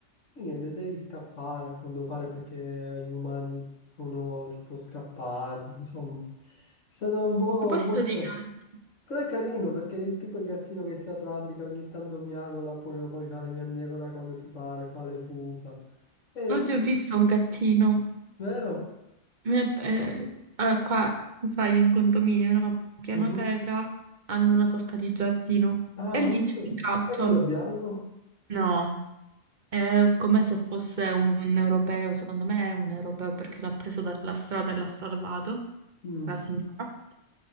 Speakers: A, on the left; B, on the right.
A: e niente, devi scappare a quanto pare perché gli umani sono tipo scappati, insomma, è stato un po'
B: A proposito
A: un po' strano.
B: di gatti,
A: Però è carino perché tipo il gattino che si arrambica ogni tanto miagola oppure lo puoi fare mia miagola quando ti pare, fa le fusa. Eh,
B: oggi ho
A: tu-
B: visto un gattino.
A: vero?
B: Mi è- eh, allora, qua, sai, è un condominio, no? Piano
A: Mhm.
B: terra hanno una sorta di giardino
A: Ah,
B: e
A: me
B: lì
A: lo ricordo.
B: c'è un gatto.
A: È quello bianco?
B: No. È come se fosse un europeo, secondo me è un europeo perché l'ha preso dalla strada e l'ha salvato,
A: Mm.
B: la signora.